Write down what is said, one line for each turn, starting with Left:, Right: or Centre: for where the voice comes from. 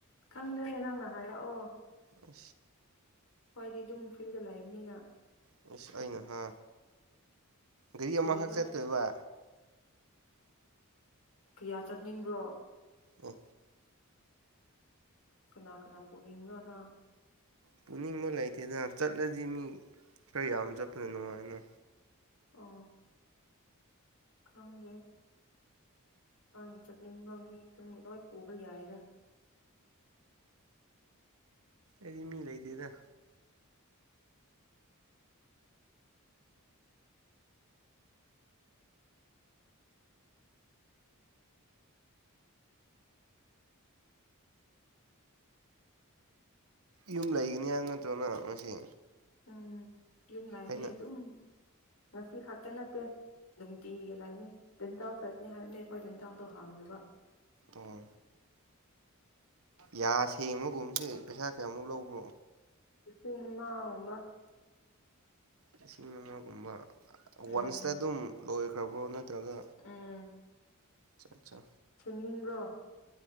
Left: ꯈꯪꯗꯣꯏꯅꯦ ꯅꯪꯅ ꯍꯥꯏꯔꯛꯑꯣ
Right: ꯑ
Left: ꯍꯣꯏꯗꯤ ꯑꯗꯨꯝ ꯐ꯭ꯔꯤꯗ ꯂꯩꯥꯛꯏꯕꯅꯤꯅ
Right: ꯏꯁꯁ ꯑꯩꯅꯣ ꯍꯥ ꯒꯥꯔꯤ
Left: ꯀꯔꯤꯕ
Right: ꯑꯃꯈꯛ ꯆꯠꯇꯣꯏꯕ
Left: ꯀꯌꯥ ꯆꯠꯅꯤꯡꯕ꯭ꯔꯣ
Right: ꯑ
Left: ꯀꯅꯥ ꯀꯅꯥ ꯄꯣꯅꯤꯅꯤ ꯂꯅꯥ
Right: ꯄꯨꯅꯤꯡꯕ ꯂꯩꯇꯦꯗꯅ ꯆꯠꯂꯗꯤ ꯃꯤ ꯈꯔ ꯌꯥꯝ ꯆꯠꯄꯗꯅꯣ ꯍꯥꯏꯅ
Left: ꯑ ꯈꯪꯒꯦ ꯑ ꯆꯠꯅꯤ ꯃꯃꯤ ꯁꯄꯣꯕ ꯌꯥꯏꯗ
Right: ꯑꯩꯗꯤ ꯃꯤ ꯂꯩꯇ‌ꯦꯗ ꯌꯨꯝ ꯂꯩꯒꯅꯤ ꯍꯥꯏꯕ ꯅꯠꯇ꯭ꯔꯣ ꯃꯥ ꯉꯁꯤ
Left: ꯎꯝ ꯌꯨꯝ ꯂꯩꯅꯤ
Right: ꯑꯩꯅ
Left: ꯑꯗꯨꯝ ꯉꯁꯤ ꯈꯛꯇ ꯅꯠꯇꯦ ꯅꯨꯡꯇꯤꯒꯤ ꯂꯩꯅꯤ ꯗꯦꯟꯇ‌ꯦꯜ ꯆꯠꯒꯅꯤ ꯍꯥꯏꯕꯅꯦ ꯑꯩꯈꯣꯏ ꯗꯦꯟꯇ‌ꯦꯜꯗꯣ ꯍꯥꯡꯗꯕ
Right: ꯑꯣ ꯌꯥ ꯁꯦꯡꯕ ꯒꯨꯝꯁꯦ ꯄꯩꯁꯥ ꯀꯌꯥꯃꯨꯛ ꯂꯧꯕ꯭ꯔꯣ
Left: ꯂꯤꯁꯤꯡ ꯑꯃꯒꯨꯝꯕ
Right: ꯂꯤꯁꯤꯡ ꯑꯃꯒꯨꯝꯕ ꯋꯥꯟꯁꯇ
Left: ꯎꯝ
Right: ꯑꯗꯨꯝ ꯂꯣꯏꯈ꯭ꯔꯕ꯭ꯔꯣ ꯅꯠꯇ꯭ꯔꯒ
Left: ꯎꯝ
Right: ꯆꯥ ꯆꯥ
Left: ꯈꯪꯅꯤꯡꯕ꯭ꯔꯣ <unintelligible>